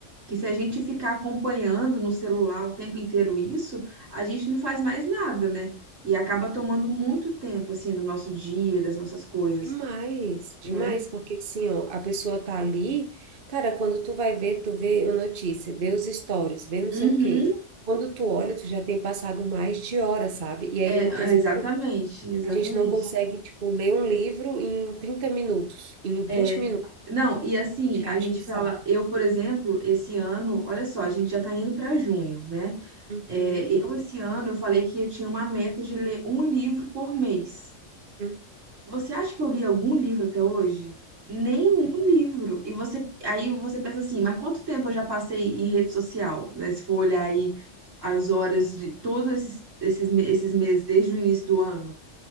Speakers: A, on the right; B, on the right.
A: que se a gente ficar acompanhando no celular o tempo inteiro isso, a gente não faz mais nada, né? E acaba tomando muito tempo, assim, do nosso dia, das nossas coisas,
B: Demais, demais,
A: né?
B: porque assim, ó, a pessoa tá ali, cara, quando tu vai ver, tu vê a notícia, vê os stories, vê não
A: Uhum,
B: sei o quê. Quando tu olha, tu já tem passado mais de hora, sabe? E aí
A: é,
B: muitas
A: é, exatamente, exatamente.
B: a gente não consegue, tipo, ler um livro em trinta minutos, em
A: É,
B: vinte minutos,
A: não, e assim,
B: a gente
A: a
B: acha
A: gente
B: um saco.
A: fala, eu, por exemplo, esse ano, olha só, a gente já tá indo para junho, né?
B: Uhum,
A: É, eu, esse ano, eu falei que eu tinha uma meta de ler um livro por mês.
B: uhum.
A: Você acha que eu li algum livro até hoje? Nenhum livro. E você, aí você pensa assim, mas quanto tempo eu já passei em rede social, né? Se for olhar aí as horas de todos esses, esses, me- esses meses, desde o início do ano